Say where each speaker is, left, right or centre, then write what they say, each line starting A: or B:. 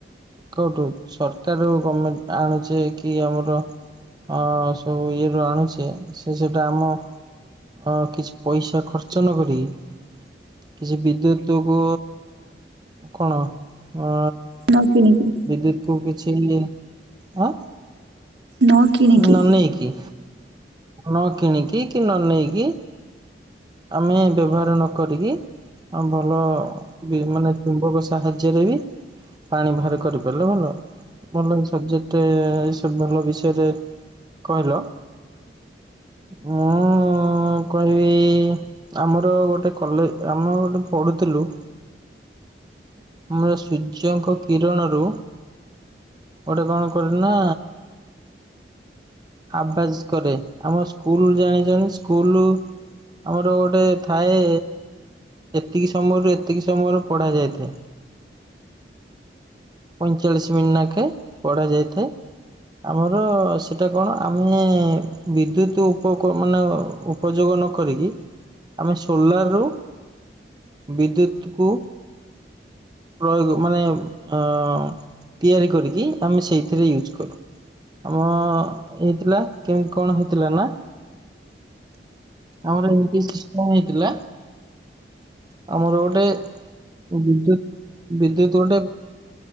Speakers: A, on the right (about 25°); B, on the right (about 80°).
A: କୋଉଠୁ ସରକାର ଗର୍ମେଣ୍ଟ ଆଣୁଛେ କି ଆମର? ଅ ସବୁ ଇଏ ରୁ ଆଣୁଛେ ସେ ସେଟା ଆମ ଅ କିଛି ପଇସା ଖର୍ଚ୍ଚ ନ କରିକି କିଛି ବିଦ୍ୟୁତକୁ କଣ ଅ
B: ନ କିଣିକି
A: ବିଦ୍ୟୁତ କୁ କିଛି ଆଁ
B: ନ କିଣିକି
A: ନ ନେଇକି ନ କିଣିକି କି, ନ ନେଇେଇକି, ଆମେ ବ୍ୟବହାର ନ କରିକି ଆଉ ଭଲ ମାନେ ଚୁମ୍ବକ ସାହାଯ୍ୟରେ ବି ପାଣି ବାହାରେ କରିପାରିଲେ ଭଲ। ଭଲ ସବଜେକ୍ଟ ଏ ସବୁ ଭଲ ବିଷୟରେ, କହିଲ। ମୁଁ ମୁଁ କହିବି ଆମର ଗୋଟେ କଲେ ଆମେ ଗୋଟେ ପଢ଼ୁଥିଲୁ ଆମର ସୂର୍ଯ୍ୟଙ୍କ କିରଣରୁ ଗୋଟେ କଣ କରିଲୁ ନା ଆବଜ୍ କରେ ଆମ ସ୍କୁଲ ଜାଣିଚନ୍ତି ସ୍କୁଲରୁ ଆମର ଗୋଟେ ଥାଏ ଏତିକି ସମୟରୁ ଏତିକି ସମୟରୁ ପଢା ଯାଇଥାଏ। ପଇଁଚାଳିଶ ମିନ୍ନାକେ ଲାଖେ ପଢ଼ାଯାଇଥାଏ। ଆମର ସେଇଟା କଣ ଆମେ ବିଦ୍ୟୁତ ଉପକ ମାନେ ଉପଯୋଗ ନ କରିକି ଆମେ ସୋଲାରରୁ ବିଦ୍ୟୁତ କୁ ପ୍ରୟୋଗ ମାନେ ଅ ତିଆରି କରିକି ଆମେ ସେଇଥିରେ ୟୁଜ୍ କରୁ। ଆମ ହେଇଥିଲା କେମିତି କଣ ହେଇଥିଲା ନା ଆମର ଏମତି ସିଷ୍ଟମ ହେଇଥିଲା ଆମର ଗୋଟେ ବିଦ୍ୟୁତୁ ବିଦ୍ୟୁତୁ ଗୋଟେ